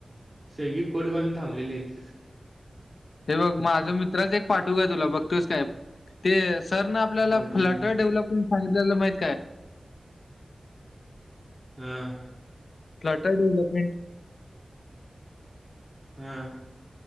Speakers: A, on the right; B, on the left.
A: सगळे कोट घालून थांबलेली आहेत.
B: हे बघ माझं मित्रच एक पाठू का तुला बघतोस काय? ते सर ना आपल्याला
A: पाठव
B: फ्लटर
A: की
B: डेव्हलपमेंट सांगितलेलं माहित काय?
A: हम.
B: फ्लाटा डेव्हलपमेंट
A: हा.